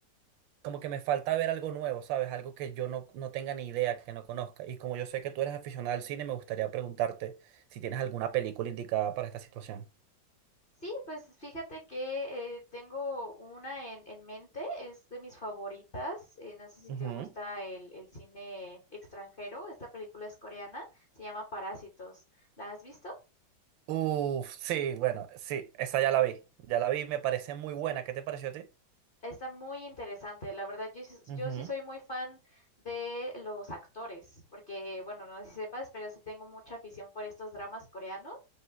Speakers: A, on the right; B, on the left.
A: como que me falta ver algo nuevo, ¿sabes? Algo que yo no, no tenga ni idea, que no conozca. Y como yo sé que tú eres aficionada al cine, me gustaría preguntarte si tienes alguna película indicada para esta situación.
B: Sí, pues fíjate que eh, tengo una en, en mente, es de mis favoritas. eh, no sé si
A: Ujú.
B: te gusta el, el cine extranjero. Esta película es coreana, se llama Parásitos. ¿La has visto?
A: Uf, sí, bueno, sí, esa ya la vi. Ya la vi, me parece muy buena. ¿Qué te pareció a ti?
B: Está muy interesante. La verdad, yo, sí-
A: Ujú,
B: yo sí soy muy fan de los actores, porque, bueno, no sé si sepas, pero sí tengo mucha afición por estos dramas coreanos.